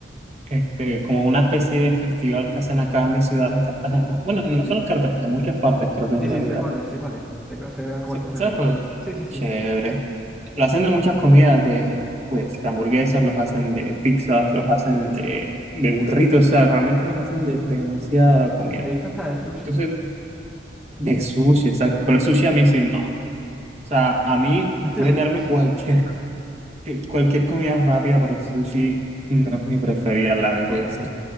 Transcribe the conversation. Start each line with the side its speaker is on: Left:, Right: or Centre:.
Right: este, como una especie de festival que hacen acá en mi ciudad, en Cartagena.
Centre: Sí,
Right: Bueno, no
Centre: sí, sí.
Right: solo en Cartagena, en muchas partes, creo que en
Centre: Sí,
Right: realidad.
Centre: sí, sé cuál es, sé cuál es, sé, cu- sé a cuál
Right: Sí,
Centre: te refieres.
Right: ¿Sabes cuál es?
Centre: Sí, sí, sí.
Right: Chévere. Lo hacen de muchas comidas, de, pues, de hamburguesas, los hacen de pizzas, los hacen
Centre: Ujú.
Right: de, de burritos, o sea, realmente los hacen de, de demasiada comida.
Centre: He visto hasta de sushi.
Right: Entonces, de sushi, exacto. Pero el sushi a mí sí, no. O sea, a mí
Centre: ¿No te
Right: puedes
Centre: gusta?
Right: darme cualquier, <laughs> que- cualquier comida rápida, pero el sushi no es mi preferida, la detesto.
Centre: Ok,